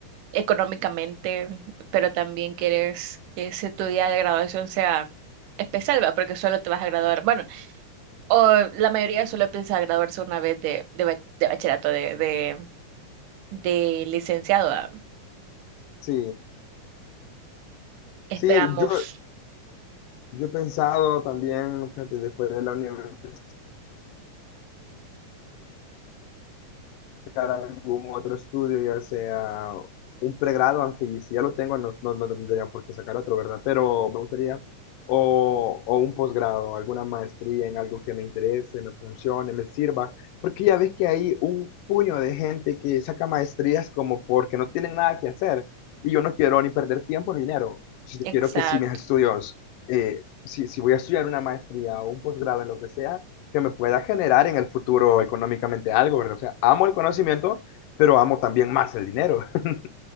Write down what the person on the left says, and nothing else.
Sí, sí,
yo, yo he pensado también, fíjate, después de la universidad, buscar algún otro estudio, ya sea un pregrado, aunque si ya lo tengo, no, no, no tendría por qué sacar otro, ¿verdad? Pero me gustaría, o, o un posgrado, alguna maestría en algo que me interese, me funcione, me sirva, porque ya ves que hay un puño de gente que saca maestrías como porque no tienen nada que hacer, y yo no quiero ni perder tiempo ni dinero. Yo
quiero que si mis estudios, eh, si, si voy a estudiar una maestría o un posgrado en lo que sea, que me pueda generar en el futuro económicamente algo, ¿verdad? O sea, amo el conocimiento, pero amo también más el dinero. <laughs>